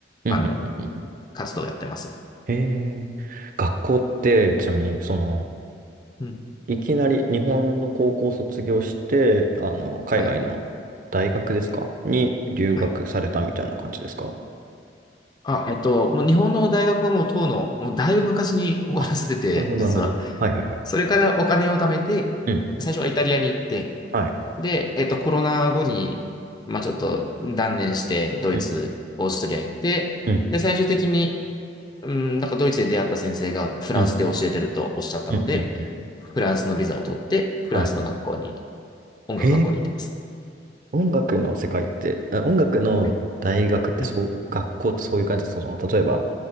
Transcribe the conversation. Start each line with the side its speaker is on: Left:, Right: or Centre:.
Right: うん、
Left: あの、
Right: うん、うん。うん
Left: 活動をやってます。
Right: へえ。学校って、ちなみに、その、
Left: うん。
Right: いきなり日本の高校を卒業して、あの、海外の大学ですかに留学されたみたいな感じですか
Left: はい。はい。あ、えっと、もう日本の大学はもう当の、もうだいぶ昔に終わらせてて、
Right: あ、なるほど、
Left: 実は。
Right: なるほど。はい、はい、はい。
Left: それからお金を貯めて、
Right: うん。
Left: 最初はイタリアに行って、
Right: はい。
Left: で、えっと、コロナ後に、まあ、ちょっと断念して、ドイツ、
Right: うん、
Left: オーストリア行って、
Right: うん、
Left: で、最終的に、うん、なんかドイツで出会った先生がフランスで教えてるとおっしゃったので、
Right: うん、うん、うん。うん
Left: フランスのビザを取って、フランスの学校に、
Right: はい
Left: 音楽学校に行ってます。
Right: へえ、音楽の世界って、あ音楽の大学ってそう、
Left: はい。うん。
Right: 学校ってそういう感じですかその、例えば、